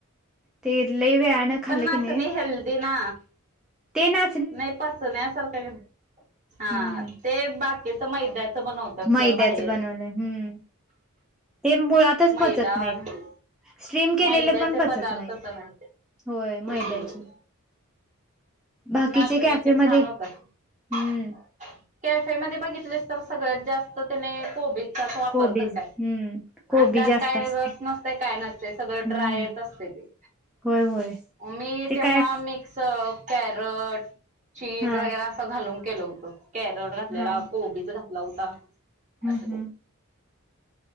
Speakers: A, in the centre; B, on the right.
A: ते लैवेळ खल्ल
B: पण नाचणी
A: कि नाही
B: हेल्दी ना
A: ते ना
B: नाही पचन्यासारखं का
A: हम्म
B: हा ते बाकीच मैदा बनवतात
A: मैद्याच
B: सोड बाहेर.
A: बनवलं हम्म ते मुळातच
B: मैदा
A: पचत नाहीत
B: आणि
A: स्ट्रीम केलेले
B: मैद्याचे
A: पण पचत
B: पदार्थच
A: नाहीत
B: नसतेत
A: होय
B: हम्म
A: मैद्याची बाकीचे
B: नाचणीचे
A: कॅफेमध्ये
B: छान होतात.
A: हम्म
B: कॅफे मध्ये बघितलेस तर सगळ्यात जास्त अन्य कोबी चा वापर
A: कोबीज
B: करतात
A: हम्म कोबी
B: आणि त्यात
A: जास्त
B: काय
A: असते
B: रस नसतय काय नसतय सगळ
A: हम्म
B: ड्रायच असते ते.
A: होय होय
B: मी
A: ते
B: तेव्हा
A: काय
B: मिक्स कॅरट, चीज
A: हा
B: वगैरे असं घालून केलं होतं कॅरट घातलेला
A: हा
B: कोबीच घात घातला होता.
A: हम्म
B: असं केलं
A: हम्